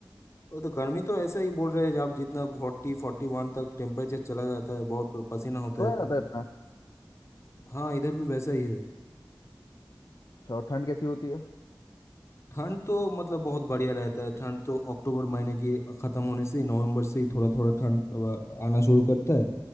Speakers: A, on the left; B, on the left.
A: वो तो गर्मी तो ऐसा ही बोल रहे हैं जब जितना फोर्टी फोर्टी वन तक टेम्परेचर चला जाता है बहुत पसीना होता
B: चला
A: है
B: जाता
A: तो उसमें
B: है इतना
A: हाँ इधर भी वैसा ही है
B: अच्छा और ठंड कैसी होती है
A: ठंड तो मतलब बहुत बढ़िया रहता है ठंड तो अक्टूबर महीने के ख़त्म होने से नवंबर से ही थोड़ा थोड़ा ठंड अ, आना शुरू करता है